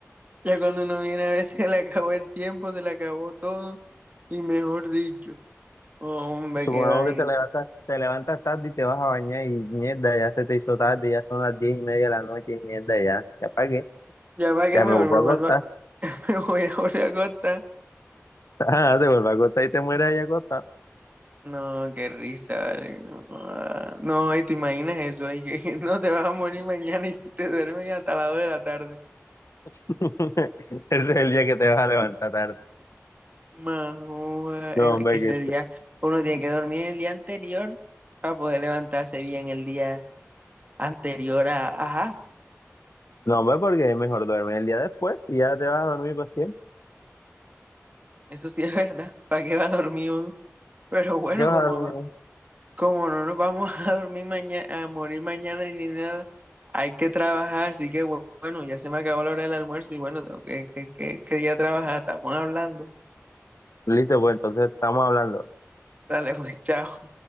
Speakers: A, on the right; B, on the left.
A: Ya cuando uno viene a veces se le acabó el tiempo, se le acabó todo. Y mejor dicho, hombre,
B: Supongamos
A: qué vaina.
B: que te levantas, te levantas tarde y te vas a bañar y mierda, ya se te hizo tarde, ya son las 10 y media de la noche y mierda, ya, ya pagué,
A: Ya para qué
B: ya
A: mejor
B: me vuelvo
A: me vuelvo
B: a acostar,
A: a- <laughs> me voy a volver a acostar.
B: <laughs> ah, te vuelvo a acostar y te mueres ahí acostado.
A: No, qué risa, vale. No, ah, no, y te imaginas eso, ahí que <laughs> no te vas a morir mañana y te duermes hasta las 2 de la tarde.
B: <laughs> Ese es el día que te vas a levantar tarde.
A: Más, joda, es
B: No, hombre,
A: que ese
B: que
A: día uno tiene que dormir el día anterior para poder levantarse bien el día anterior a, ajá,
B: No, hombre, porque es mejor duerme el día después y ya te vas a dormir para siempre.
A: eso sí es verdad, <laughs> ¿para qué va a dormir uno? Pero bueno,
B: ¿Para qué vas
A: como
B: a dormir?
A: no, como no nos vamos <laughs> a dormir mañana, a morir mañana ni nada, hay que trabajar, así que bu- bueno, ya se me acabó la hora del almuerzo y bueno, tengo que, que, que, que día trabajar, estamos hablando.
B: Listo, pues entonces estamos hablando.
A: Dale, pues, <laughs> chao.